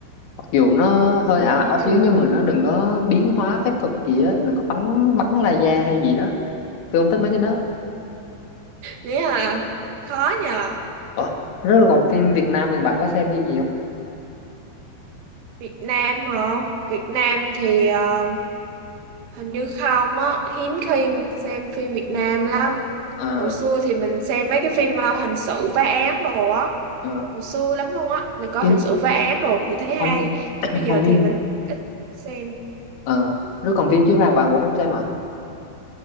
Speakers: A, on the left (about 60°); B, on the right (about 85°).
A: mặc dù nó hơi
B: ừ.
A: ảo ảo xíu nhưng mà nó đừng có biến hóa phép thuật gì á đừng có bắn bắn laser hay gì đó tôi không thích mấy cái đó
B: thế à khó nhờ
A: ủa rất là còn phim Việt Nam thì bạn có xem phim gì không
B: Việt Nam hả Việt Nam thì ờ, hình như không á hiếm khi xem phim Việt Nam lắm
A: ờ
B: hồi xưa thì mình xem mấy cái phim ờ, hình sự phá án đồ á
A: ờ,
B: hồi xưa lắm luôn á là coi
A: phim
B: hình sự phá án đồ thì thấy hay
A: không
B: chứ
A: <coughs>
B: bây giờ
A: không phim
B: thì mình ít xem
A: ờ rồi còn phim chiếu rạp bạn cũng không xem à